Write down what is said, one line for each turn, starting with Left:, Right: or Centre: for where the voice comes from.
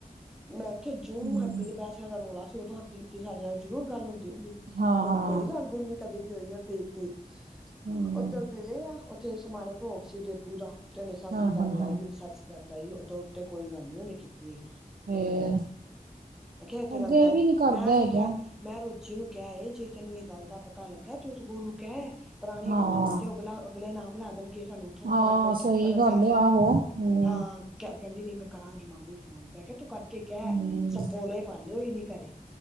Centre: ਮੈਂ ਕਿਹਾ ਜੂਂ
Right: ਹਮ
Centre: ਹੈਪੀ ਦੇ ਪੈਸਿਆਂ ਦਾ ਰੌਲਾ ਸੀ ਉਦੋਂ ਹਦਦੀਪ ਦੀ ਸਾਡੇ ਨਾਲ ਜ਼ਰੂਰ ਗੱਲ ਹੁੰਦੀ ਹੁੰਦੀ।
Right: ਹਾਂ
Centre: ਹੁਣ
Right: ਹਾਂ
Centre: ਕੋਈ ਗੱਲ ਗੁਲ ਨ੍ਹੀਂ ਕਦੇ ਵੀ ਹੋਈ ਹਰਦੀਪ ਦੀ
Right: ਹਮ
Centre: ਓਧਰ ਬੇਲੇ ਆ, ਉੱਥੇ ਸਮਾਣੇ ਭੋਗ ਸੀ ਡੇਬੂ ਦਾ ਤੇ ਉਹਨੇਂ ਸਤਿ
Right: ਹਾਂ
Centre: ਸ੍ਰੀ ਅਕਾਲ
Right: ਹਾਂ
Centre: ਬੁਲਾਈ।
Right: ਹਾਂ
Centre: ਏ ਸਸ ਬਣਾਈ ਉਦੋਂ ਉੱਤੇ ਕੋਈ ਗੱਲ ਨੀਂ ਉਹਨੇਂ ਕੀਤੀ ਹੈਗੀ।
Right: ਫੇਰ
Centre: ਮੈਂ ਕਿਹਾ, ਇਹ ਤੇ
Right: ਅੱਗੇ
Centre: ਗੱਲ ਗ਼ਲਤ,
Right: ਵੀ ਨੀ ਕਰਦਾ
Centre: ਮੈਂ ਇਹਨੂੰ
Right: ਹੈਗਾ
Centre: ਕਿਹਾ? ਮੈਂ ਰੋਜੀ ਨੂੰ ਕਿਹਾ ਇਹ ਜੇ ਤੈਨੂੰ ਇਹ ਗੱਲ ਦਾ ਪਤਾ ਲੱਗਾ, ਤ ਉਸ ਸਗੋਂ ਓਨੂੰ ਕਹਿ ਪੁਰਾਣੀ
Right: ਹਾਂ
Centre: ਗੱਲ ਹੋਣ ਤੇ ਅਗਲਾ, ਅਗਲੇ ਨਾਮ ਲਾ ਦੇਣਗੇ ਸਾਨੂੰ ਉੱਥੋਂ ਪਤਾ
Right: ਹਾਂ
Centre: ਲੱਗਾ, ਉੱਥੋਂ
Right: ਸਹੀ
Centre: ਪਤਾ ਲੱਗਾ,
Right: ਗੱਲ ਏ ਆਹੋ ਹਮ
Centre: ਹਾਂ ਕ ਕਹਿੰਦੀ, ਨ ਮੈਂ ਕਰਾਂਗੀ ਮਾਮੀ ਫੋਨ, ਮੈਂ ਕਿਹਾ ਤੂੰ ਕਰ ਕੇ ਕਹਿ,
Right: ਹਮ
Centre: ਸਪੋਲੇ ਪਾਲੇ ਹੀ ਨੀ ਘਰੇ